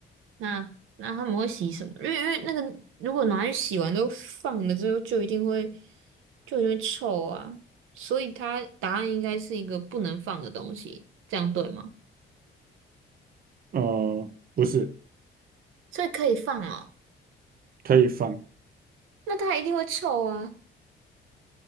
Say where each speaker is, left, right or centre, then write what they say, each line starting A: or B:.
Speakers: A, on the right; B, on the right.
A: 那那他们会洗什么？因为因为那个如果拿去洗完之后放了之后，就一定会就一定会臭啊。所以它答案应该是一个不能放的东西，这样对吗？
B: 呃，不是，
A: 所以可以放哦，
B: 可以放，
A: 那它一定会臭啊。